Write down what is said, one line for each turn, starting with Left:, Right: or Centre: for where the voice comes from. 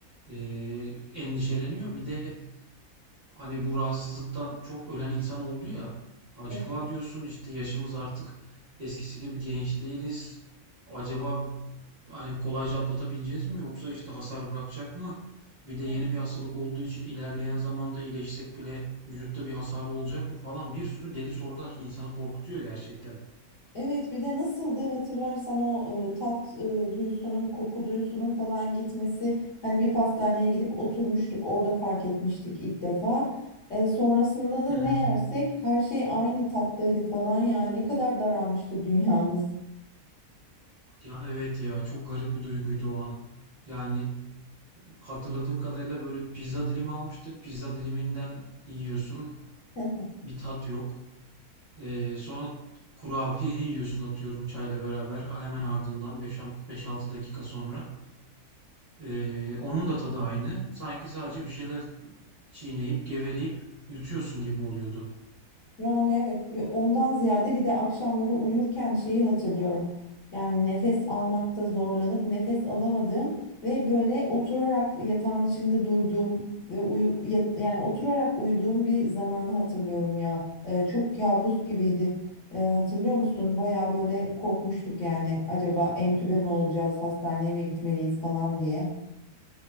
Right: eee, endişeleniyor. Bir de hani bu rahatsızlıktan çok ölen insan oldu ya. Acaba
Left: Evet.
Right: diyorsun işte yaşımız artık eskisi gibi genç değiliz. Acaba hani kolayca atlatabileceğiz mi yoksa işte hasar bırakacak mı? Bir de
Left: Ya.
Right: yeni bir hastalık olduğu için ilerleyen zamanda iyileşsek bile vücutta bir hasar olacak mı falan bir sürü deli sorular insanı korkutuyor gerçekten.
Left: Evet bir de nasıldı hatırlarsan o e, tat e, duyusunun koku duyusunun falan gitmesi hani bir pastaneye gidip oturmuştuk orada fark etmiştik ilk defa. E, sonrasında
Right: Hı
Left: da ne
Right: hı.
Left: yersek her şey aynı tattaydı falan ya ne kadar daralmıştı dünyamız.
Right: Ya evet ya çok garip bir duyguydu o an. Yani Hatırladığım kadarıyla böyle pizza dilimi almıştık. Pizza diliminden yiyorsun.
Left: <laughs>
Right: Bir tat yok. Ee, sonra kurabiye yiyorsun atıyorum çayla beraber. Hemen ardından beş altı dakika sonra. Ee, onun da tadı aynı. Sanki sadece bir şeyler çiğneyip geveleyip yutuyorsun gibi oluyordu.
Left: Yani evet bir ondan ziyade bir de akşamları uyurken şeyi hatırlıyorum. Yani nefes almakta zorlanıp nefes alamadığım ve böyle oturarak yatağın içinde durduğum ve uyu, yat- yani oturarak uyuduğum bir zamanı hatırlıyorum ya. Ee, çok kabus gibiydi. Ee, hatırlıyor musun? Baya böyle korkmuştuk yani acaba entübe mi olacağız, hastaneye mi gitmeliyiz falan diye.